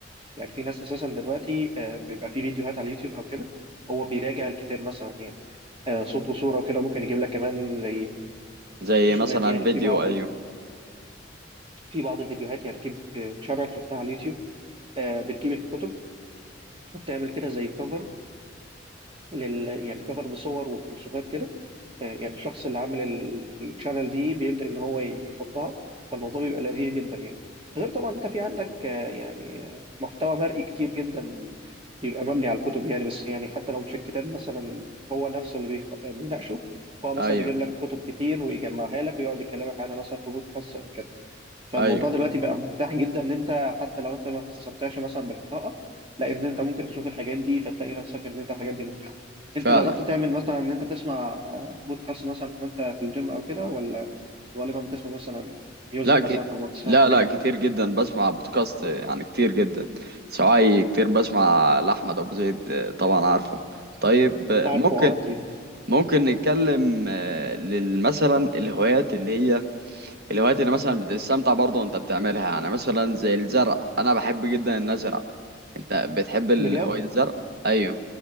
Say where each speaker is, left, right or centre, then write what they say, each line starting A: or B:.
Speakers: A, on the right; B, on the right.
A: يعني في ناس اساسا دلوقتي آه، بيبقى في فيديوهات على اليوتيوب او كده هو بيراجع الكتاب مثلا يعني آه، صوت وصوره وكده ممكن يجيب لك كمان زي
B: زي
A: رسومات
B: مثلا
A: يعني
B: فيديو
A: في بعض
B: ايوه
A: ال... في بعض الفيديوهات يعني في تشانل شفتها على اليوتيوب آه، بتجيب الكتب وبتعمل كده زي كفر لل... يعني كفر بصور وبرسومات كده آه، يعني الشخص اللي عامل الشانل دي بيبدأ ان هو يحطها فالموضوع بيبقى لذيذ جدا يعني غير طبعا انت في عندك آه، يعني آه، محتوى مرئي كتير جدا بيبقى مبني على الكتب يعني بس يعني حتى لو مش الكتاب مثلا هو نفسه اللي بيق- بيناقشه فهو مثلا
B: ايوه
A: يجيب لك كتب كتير ويجمعها لك ويقعد يكلمك عنها مثلا في بودكاست او كده فالموضوع
B: ايوه
A: دلوقتي بقى متاح جدا ان انت حتى لو انت ما بتستمتعش مثلا بالقراءة لا ان انت ممكن تشوف الحاجات دي فتلاقي نفسك ان انت الحاجات دي ممتعة انت
B: فعلا
A: جربت تعمل مثلا ان انت تسمع آه، بودكاست مثلا وانت في الجيم او كده ولا غالبا بتسمع مثلا ميوزك
B: لا ك...
A: مثلا او ما بتسمعش
B: لا
A: حاجة
B: لا كتير جدا بسمع بودكاست يعني كتير جدا سواعي كتير بسمع لأحمد أبو زيد آه، طبعا عارفه طيب آه،
A: عارفه
B: ممكن
A: اه اكيد
B: ممكن نتكلم آه، لل- مثلا الهوايات اللي هي الهوايات اللي مثلا بتستمتع برضه وانت بتعملها يعني مثلا زي الزرع انا بحب جدا ان ازرع انت بتحب ال-
A: بجد
B: هواية الزرع ايوه